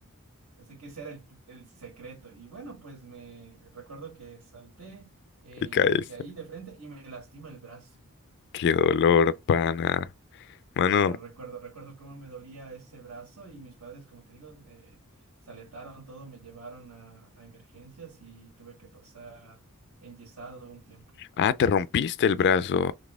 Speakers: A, on the right (about 80°); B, on the left (about 50°).
A: pensé que ese era el, el secreto y bueno pues me recuerdo que salté, eh,
B: y caíste.
A: me caí de frente y me lastima el brazo.
B: Qué dolor, pana. Mano,
A: Claro, recuerdo, recuerdo cómo me dolía ese brazo y mis padres como te digo eh, se alertaron todo, me llevaron a, a emergencias y tuve que pasar enyesado un tiempo.
B: ah, te rompiste el brazo.